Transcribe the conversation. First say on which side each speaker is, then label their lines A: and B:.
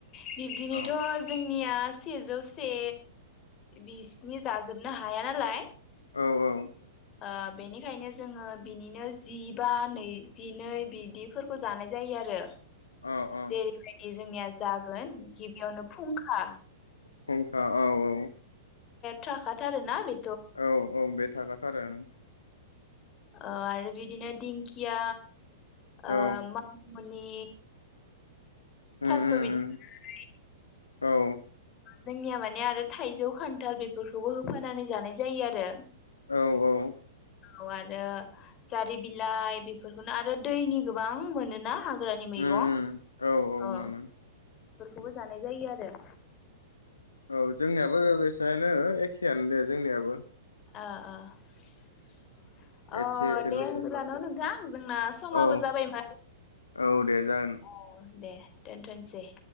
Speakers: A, on the left (about 30°); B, on the left (about 80°).
A: बिब्दिनोथ'
B: औ
A: जोंनिया सेजौ से बिसिनि जाजोबनो हाया नालाय
B: औ औ
A: ओ बेनिखायनो जोङो बिनिनो जिबा नै जिनै बिदिफोरखौ जानाय जायो आरो।
B: औ औ
A: जेरैबायदि जोंनिया जागोन गिबियावनो फुंखा
B: फुं अ औ औ
A: थाखा थारोना बि
B: औ औ बे थाखा थारो
A: आरो बिदिनो दिंखिया
B: औ
A: आ <inaudible> फोरनि
B: उम
A: थास' बिथराय
B: उम औ
A: जोंनिया माने आरो थाइजौ खान्थाल बे फोरखौबो होफानानै जानाय जायो आरो।
B: औ औ
A: औ आरो जारि बिलाइ बेफोरखौनो आरो दैनि गोबां मोनोना हा ग्रानि मैगं
B: उम उम
A: औ
B: मोनो
A: फोरखौबो जानाय जायो आरो।
B: औ जोंनियाबो बेसेयानो एखेयानो जोंनियाबो
A: अह अह ओ
B: एसे एसेल'सो
A: दे होनबा नं नोंथां जोंना समाबो
B: औ
A: जाबायमोन
B: औ दे जागोन
A: अह दे दोनथ'नोसै